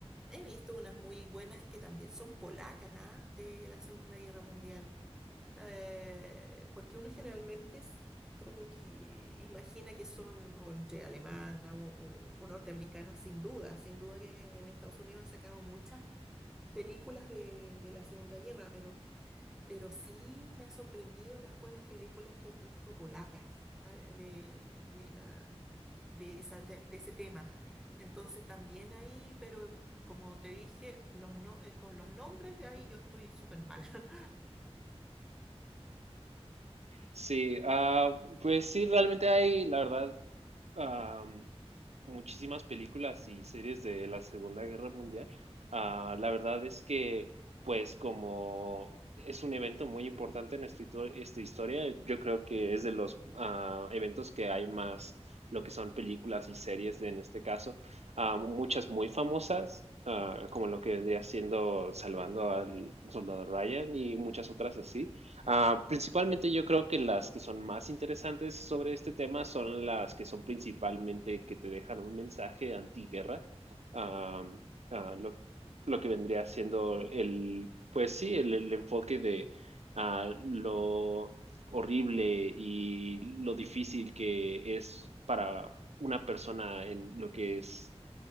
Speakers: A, in the centre; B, on the right.
A: He visto unas muy buenas que también son polacas, ¿ah? De la Segunda Guerra Mundial. Eh, porque uno generalmente es como que imagina que son o entre alemana o, o- o norteamericana, sin duda. Sin duda que en Estados Unidos han sacado muchas películas de, de la Segunda Guerra, pero pero sí me ha sorprendido las buenas películas que he visto polacas ah, de, de la, de, esa te- de ese tema. Entonces también ahí, pero como te dije, los no- eh, con los nombres ahí yo estoy súper mal. <laughs>
B: Sí, ah, pues sí, realmente hay, la verdad, am, muchísimas películas y series de la Segunda Guerra Mundial. Ah, la verdad es que, pues como es un evento muy importante en esta, hito- esta historia, yo creo que es de los ah, eventos que hay más, lo que son películas y series de- en este caso, Ah, muchas muy famosas, ah, como lo que vendría siendo Salvando al Soldado Ryan y muchas otras así. Ah, principalmente yo creo que las que son más interesantes sobre este tema son las que son principalmente que te dejan un mensaje antiguerra, ah, ah,
A: Mm.
B: lo, lo que vendría siendo el, pues sí, el, el enfoque de ah, lo horrible y lo difícil que es para una persona en lo que es